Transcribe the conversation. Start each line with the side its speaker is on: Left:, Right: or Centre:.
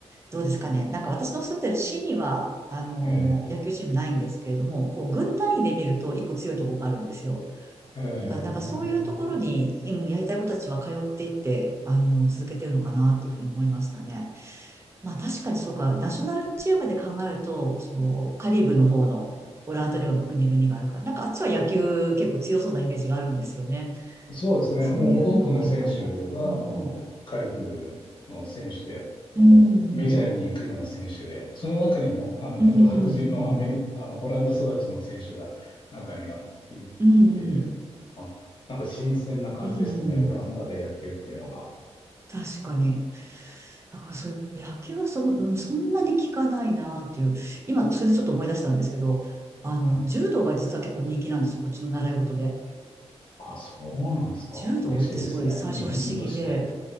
Right: どうですかね。なんか私の住んでる市には、あの野球チームないんですけれども、
Left: え
Right: こう、軍単位で見ると一個強いところがあるんですよ。
Left: えええ
Right: だから、なんかそういうところに、うんやりたい子たちは通っていって、あの、続けてるのかなっていうふうに思いましたね。まあ確かにそうか、ナショナルチームで考えると、そのカリブの方のオランダ領の国々があるから、なんかあっちは野球結構強そうなイメージがあるんですよね。
Left: そうですね。
Right: そういうのがあるかも。
Left: もうほとんどの選手はもうカリブルの選手で、
Right: うん。
Left: もうメジャーに行くような選手で、
Right: うんうん。
Left: その中にも、あの、
Right: うんうんうん。
Left: 本当白人のアメリカ、あの、オランダ育ちの選手が中にはいいて、
Right: うんうん。
Left: あ、なんか新鮮な感じですね。
Right: うん。
Left: オランダで野球っていうのが。
Right: 確かに。だからそういう野球はその、うん、そんなに効かないなっていう。今、それでちょっと思い出したんですけど、あの、
Left: はい。
Right: 柔道が実は結構人気なんですよ。こっちの習い事で。
Left: あ、そうなんですか。
Right: 柔道ってすごい最初不思議で、
Left: 嬉しいですね。日本人として。